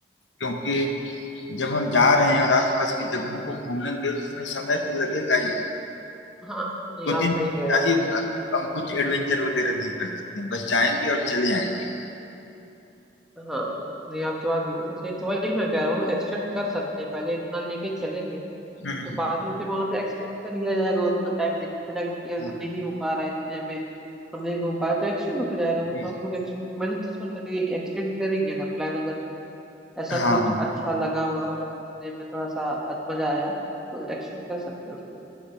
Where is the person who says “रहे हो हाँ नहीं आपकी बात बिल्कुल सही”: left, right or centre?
Centre